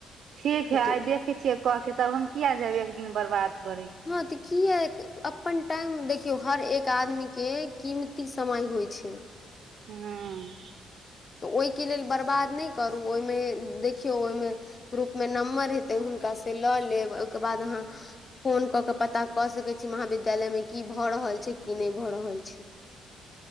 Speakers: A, on the right; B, on the left.
A: ठीक है
B: तऽ
A: आइ देख <unintelligible> छियै क के तब हम किया जायब एक दिन बर्बाद करै ला
B: ह तऽ किया अपन टाइम देखियो हर एक आदमी के कीमती समय होय छै
A: हुँ
B: तऽ ओहिके लेल बर्बाद नहि करू ओहिमे देखियौ ओहिमे ग्रूपमे नम्बर हेतै हुनकासँ लऽ लेब ओहिके बाद अहाँ फोन कऽ के पता कऽ सकैत छी महाविद्यालय मे की भऽ रहल छै की नहि भऽ रहल छै